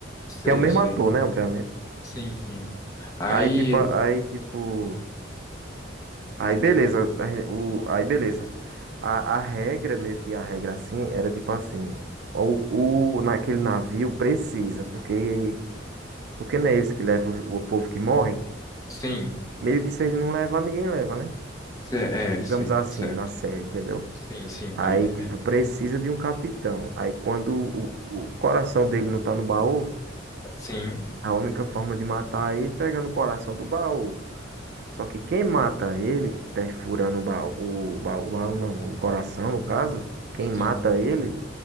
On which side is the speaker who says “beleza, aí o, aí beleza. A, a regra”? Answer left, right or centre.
Right